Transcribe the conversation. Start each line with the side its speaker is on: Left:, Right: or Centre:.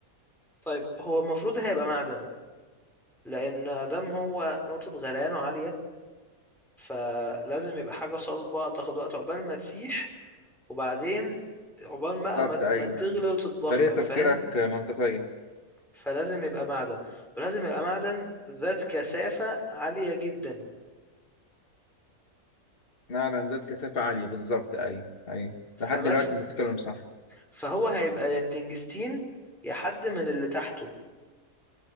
Centre: طيب هو المفروض هيبقى معدن لان ادم هو نقطة غليانه عالية فلازم يبقى حاجة صلبة تاخد وقت عقبال ما تسيح وبعدين عقبال
Left: بالظبط
Centre: بقى ما
Left: ايوه
Centre: ما تغلي
Left: أيوة.
Centre: وتتبخر
Left: طريقه تفكيرك
Centre: فاهم
Left: منطقيه
Centre: فلازم يبقى معدن ولازم يبقى معدن ذات كثافة عالية جدا
Left: نعم ذات كثافه عاليه بالظبط ايوه ايوه
Centre: فمثلا
Left: لحد دلوقتي انت بتتكلم صح
Centre: فهو هيبقى يا التنجستين يا حد من اللي تحته